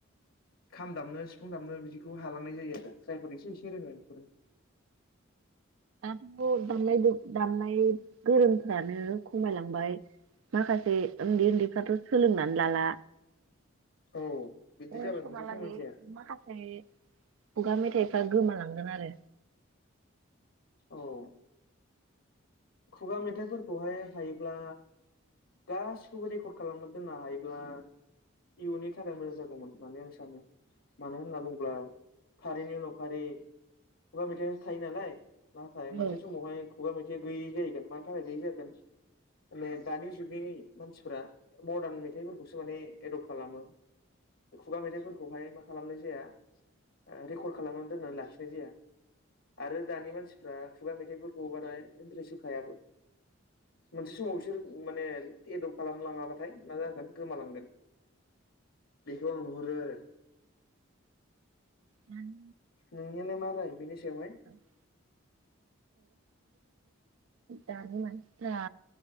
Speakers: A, on the left; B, on the right.
A: खाम दामनो सिफुं दामनो बिदिखौ हालांनाय जायो आरो जायफोर एसे एसे रोङो बेफोरो।
B: <unintelligible> दामनायदो दामनाय गोरोंफ्रानो खमायलांबाय माखासे उन्दै उन्दैफ्राथ' सोलोंनानै लाला।
A: औ। बिदि
B: ओ
A: जाबाय
B: समालागै
A: मोनसे समयसाया
B: माखासे खुगा मेथाइफ्रा गोमालांगोन आरो।
A: औ। खुगा मेथाइफोरा। खौहाय हायोब्ला गासिखौबो रेकर्ड खालामना दोननो हायोब्ला इयुननि थाखाय मोजां जागौमोन होननानै आं सानो मानो होनना बुङोब्ला फारिनि उनाव फारि खुगा मेथाइयासो थायो नालाय। नाथाय मोनसे
B: औ
A: समावहाय। खुगा मेथाइ गैयै जायैगोन मानि थाखाय गैयै जागोन माने दानि जुगनि मानसिफ्रा मदार्न मेथाइफोरखौसो माने एदप्ट खालामो खुगा मेथाइफोरखौहाय मा खालामनाय जाया ओ रेकर्ड खालामनानै दोननानै लाखिनाय जाया आरो। दानि मानसिफ्रा खुगा मेथाइफोरखौ बारा इन्ट्रेस्ट होखायाबो मोनसे समाव बिसोर माने एदप्ट खालामलाङाबाथाय मा जागोन गोमालांगोन बेखौ आं नुहरो आरो।
B: दानि
A: नोंनियालाय मारै बिनिसायावहाय?
B: <unintelligible> दा